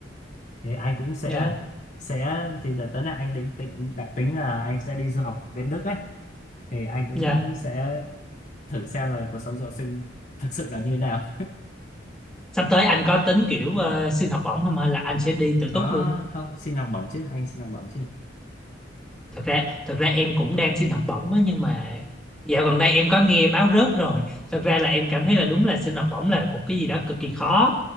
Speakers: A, on the left (about 40°); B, in the centre.
A: thì anh cũng sẽ
B: dạ
A: sẽ thì đợt tới là anh định tính đặc tính là anh sẽ đi du học bên Đức ấy thì anh cũng
B: Dạ,
A: sẽ thử xem là cuộc sống du học sinh thực sự là như thế nào
B: Sắp tới anh có tính kiểu ờ, xin học bổng không hay là anh sẽ đi tự
A: có
B: túc luôn?
A: không xin học bổng chứ anh xin học bổng chứ
B: Thật ra thật ra em cũng đang xin học bổng á nhưng mà dạo gần đây em có nghe báo rớt rồi. Thật ra là em cảm thấy là đúng là xin học bổng là một cái gì đó cực kỳ khó